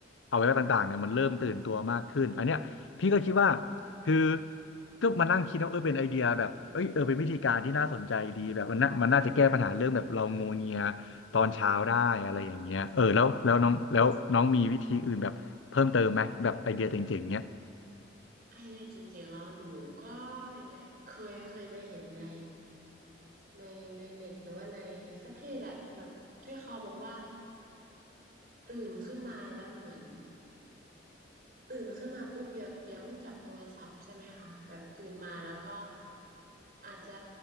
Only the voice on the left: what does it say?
อวัยวะต่างๆเนี่ยมันเริ่มตื่นตัวมากขึ้นอันเนี้ยพี่ก็คิดว่าคือก็มานั่งคิดว่าเออเป็นไอเดียแบบเอ้ยเออเป็นวิธีการที่น่าสนใจดีแบบมันน่ามันน่าจะแก้ปัญหาเรื่องแบบเรางัวเงียตอนเช้าได้อะไรอย่างเงี้ยเออแล้วแล้วน้องแล้วน้องมีวิธีอื่นแบบเพิ่มเติมไหมแบบไอเดียเจ๋งๆเนี้ย